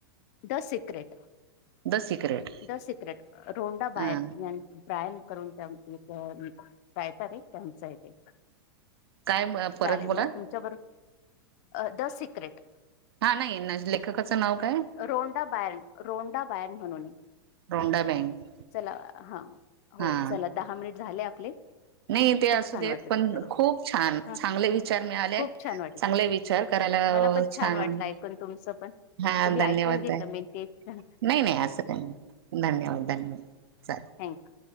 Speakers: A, on the left; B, on the right.
A: the secret
B: the secret
A: the secret Rhonda
B: हा
A: बायर. ब्रॅम करून एक कायटरे त्यांचं इथे <unintelligible>
B: काय परत
A: चालेल
B: बोला
A: मॅम तुमच्याबरोबर द सिक्रेट
B: हा नाही लेखकाचं नाव काय
A: रोंडा बेयर रोंडा बयर म्हणून आहे.
B: रोंडा बँक
A: चला हा हो
B: हा
A: चला दहा मिनिट झाले आपले.
B: नाही ते
A: खूप
B: असू
A: छान
B: देत
A: वाटलं
B: पण
A: तुमच्याबरोबर
B: खूप छान
A: हा
B: चांगले विचार मिळाले
A: खूप छान वाटलं
B: चांगले विचार विचार करायला
A: मला पण
B: छान.
A: वाटलं ऐकून तुमचं पण
B: हा
A: तुम्ही
B: धन्यवाद
A: ऐकून घेतलं
B: का
A: मेन ते थँक्यू
B: नाही नाही असं काही नाही धन्यवाद धन्यवाद! चालेल.
A: थँकू!